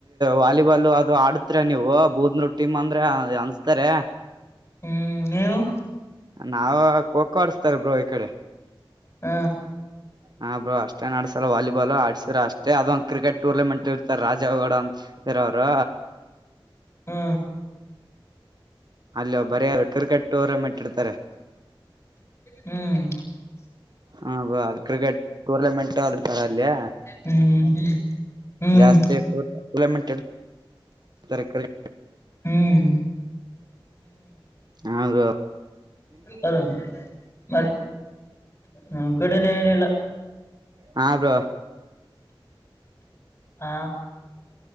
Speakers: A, on the right; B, on the left.
A: ವಾಲಿಬಾಲ್ ಅದು ಆಡಿದ್ರೆ ನೀವು ಬೂದ್ನೂರ್ ಟೀಮ್ ಅಂದ್ರೆ ಅನ್ಸ್ತಾರೆ
B: ಹ್ಮ್ ನೀವು
A: ನಾವ ಕೋ ಕೋ ಆಡಸ್ತಾರೇ ಬ್ರೋ ಈ ಕಡೆ
B: ಹ್ಮ
A: ಹಾ ಬ್ರರು ಅಷ್ಟೇ ನ ಆಡ್ಸಲ್ಲ ವಾಲಿಬಾಲ್ ಆಡ್ಸ್ರ ಅಷ್ಟೇ ಅದೊ ಕ್ರಿಕೆಟ್ ಟೂರ್ನಮೆಂಟ್ ಇರ್ತಾರ ರಾಜ ಗೌಡ ಅಂತರ ಅವರು
B: ಹ್ಮ
A: ಅಲ್ಲಿ ಬರರು ಕ್ರಿಕೆಟ್ ಟೂರ್ನಮೆಂಟ್ ಇಟ್ಟಿರ್ತಾರೆ
B: ಹ್ಮ್
A: ಹ ಕ್ರಿಕೆಟ್ ಟೂರ್ನಮೆಂಟ್ ಆದ್ರ ತರ ಅಲ್ಲಿಯ
B: ಹ್ಮ್ ಹ್ಮ್
A: ಜಾಸ್ತಿ ಟೂರ್ನಮೆಂಟ್ ತರಕಾರಿ
B: ಹ್ಮ್
A: ಹೌದು
B: ಹ ಮತ್ತ ನಮ್ಮ್ ಕಡೆ ಏನ್ ಇಲ್ಲ
A: ಹಾ ಬ್ರೋ
B: ಹ